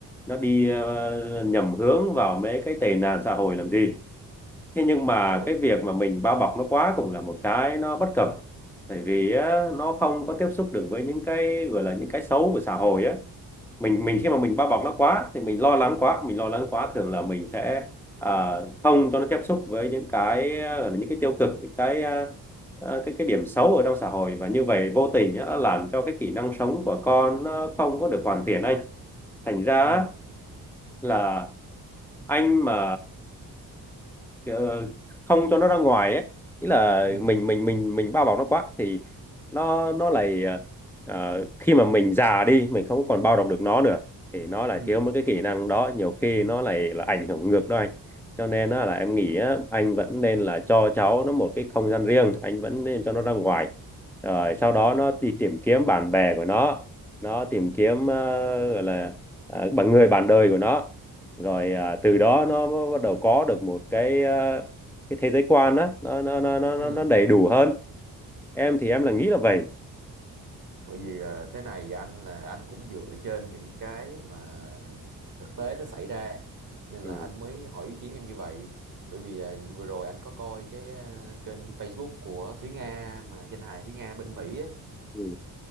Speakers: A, in the centre; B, on the right.
A: nó đi ờ, nhầm hướng vào mấy cái tệ nạn xã hội làm gì thế nhưng mà
B: đúng
A: cái việc mà mình bao bọc nó quá cũng là một cái nó bất cập tại vì á, nó không có tiếp xúc được với những cái gọi là những cái xấu của xã hội á mình mình khi mà mình bao bọc nó quá thì mình lo lắng quá mình lo lắng quá thường là mình sẽ à, không cho nó tiếp xúc với những cái à, gọi là những cái tiêu cực những cái à, à, cái cái điểm xấu ở trong xã hội và như vậy vô tình á, nó làm cho cái kỹ năng sống của con nó không có được hoàn thiện anh thành ra
B: ừ
A: á, là anh mà ờ, không cho nó ra ngoài ấy ý là
B: ừ
A: mình mình mình mình bao bọc nó quá thì nó nó lại ờ, khi mà mình già đi mình không còn bao bọc được nó nữa thì nó lại
B: ừ
A: thiếu mất cái kỹ năng đó nhiều khi nó lại là ảnh hưởng ngược đó anh cho nên á là em nghĩ á, anh vẫn nên là cho cháu nó một cái không gian riêng anh vẫn nên cho nó ra ngoài rồi sau đó nó đi tìm kiếm bạn bè của nó nó tìm kiếm ờ, gọi là ờ, bằng người bạn đời của nó rồi à, từ đó nó bắt đầu có được một cái à, cái thế giới quan á nó nó nó nó
B: ừ
A: nó nó đầy đủ hơn em thì em là nghĩ là
B: bởi
A: vậy
B: bởi vì là thế này anh là anh cũng dựa trên những cái mà thực tế nó xảy ra nên
A: ừ,
B: là anh mới hỏi ý kiến em như vậy bởi vì à, như vừa rồi anh có coi cái à, kênh Facebook của Thúy Nga mà danh hài Thúy Nga bên Mỹ á
A: ừ,